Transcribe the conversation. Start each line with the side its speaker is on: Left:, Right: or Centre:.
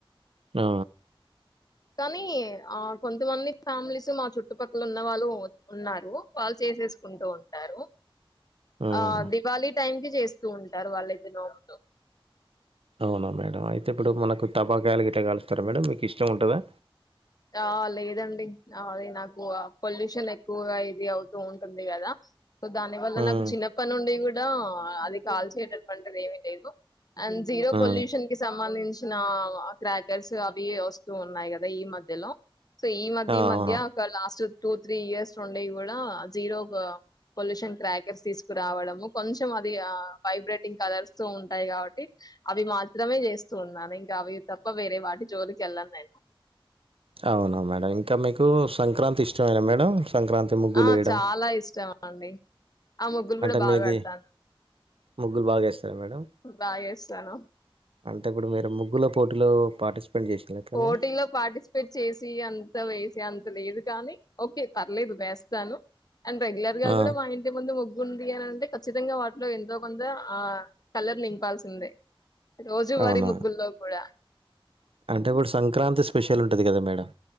Right: ఆ
Left: కానీ ఆ కొంతమంది ఫ్యామిలీస్ మా చుట్టుపక్కల ఉన్న వాళ్ళు ఉన్నారు వాళ్ళు చే చేసుకుంటూ ఉంటారు
Right: ఉమ్
Left: ఆ దివాళి టైం కి చేస్తూ ఉంటారు వాళ్ళు ఇది నోముతో
Right: అవునా మేడం అయితే ఇప్పుడు మనకు టపాకాయలు గిట్ల కలుస్తారా మేడం మీకు ఇష్టం ఉంటుందా
Left: ఆ లేదండి అదే నాకు పొల్యూషన్ ఎక్కువగా ఇది అవుతూ ఉంటుంది కదా సో దాని వల్ల
Right: ఉమ్
Left: నాకు చిన్న పని ఉండి కూడా అది కాల్చటవంటిది ఏమ లేదు అండ్ జీరో
Right: ఉమ్
Left: పొల్యూషన్ కి సంబంధించి వచ్చిన క్రాకర్స్ అవి వస్తూ ఉన్నాయి కదా ఈ మధ్యలో సో ఈ మధ్య
Right: అవును
Left: ఈ మధ్య ఒక లాస్ట్ టూ త్రీ ఇయర్స్ ఉండేవి కూడా జీరో క్ పొల్యూషన్ క్రాకర్స్ తీసుకురావడము కొంచెం అది వైబ్రేటింగ్ కలర్స్ ఉంటాయి కాబట్టి అవి మాత్రమే చేస్తూ ఉన్నాను ఇంకా అవి తప్ప వేరే వాటి జోలికి వెళ్ళను నేను
Right: అవును మేడం ఇంకా మీకు సంక్రాంతి ఇష్టమైన మేడం సంక్రాంతి ముగ్గులు
Left: ఆ
Right: వేయడం
Left: చాలా ఇష్టం అండి ఆ ముగ్గులు
Right: అంటే
Left: కూడా బాగా
Right: మీది
Left: పెడతాను
Right: ముగ్గులు బాగా వేస్తారు మేడం
Left: బాగా చేస్తాను
Right: అంటే ఇప్పుడు మీరు ముగ్గుల పోటీలో పార్టిసిపేట్ చేసిన్ల ఎప్పుడన్నా
Left: పోటీ లో పార్టిసిపేట్ చేసి అంత వేసి అంత లేదు కానీ ఓకే పర్లేదు వేస్తాను అండ్ రెగ్యులర్ గా
Right: ఆ
Left: కూడా మా ఇంటి ముందు ముగ్గు గుంది అనింటే ఖచ్చితంగా వాటిలో ఎంతో కొంత ఆ కలర్ నింపాల్సిందే. రోజు
Right: అవునా
Left: వారి ముగ్గుల్లో కూడా
Right: అంటే ఇప్పుడు సంక్రాంతి స్పెషల్ ఉంటది కదా మేడం